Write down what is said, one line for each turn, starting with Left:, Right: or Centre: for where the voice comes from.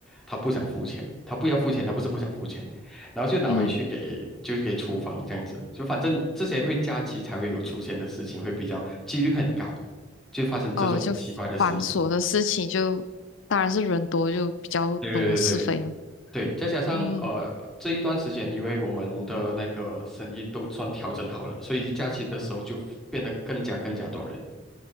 Centre: 他不想付钱，他不要付钱，他不是不想付钱，然后就拿回去给就是给厨房这样子，
Left: 嗯，
Centre: 就反正这些会假期才会有出现的事情，会比较几率很高，就发生这种奇怪的事情。
Left: 哦，就繁琐的事情就，当然是人多就比较多是非了。
Centre: 对对对对。对，再加上呃这一段时间，
Left: 嗯，
Centre: 因为我们的那个生意都算调整好了，所以假期的时候就变得更加更加多人，